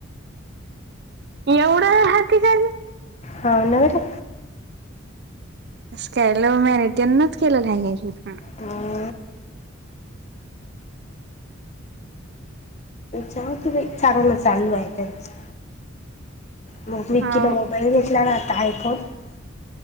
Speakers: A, on the right (about 55°); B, on the left (about 35°).
A: एवढा हाती <unintelligible>
B: हा नाही रं
A: असं काय लव्ह मॅरीजनंच केलेलं हाय काय कि
B: हा जाऊदे बाई चागलं चालू हाय त्यांचं मग विकीनं
A: हाव
B: मोबाईल घेतला ना आता आयफोन